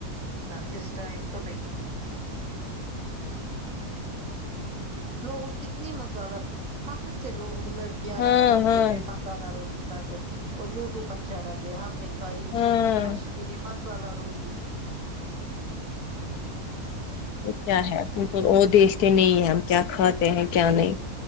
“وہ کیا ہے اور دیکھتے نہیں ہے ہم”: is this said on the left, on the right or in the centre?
Left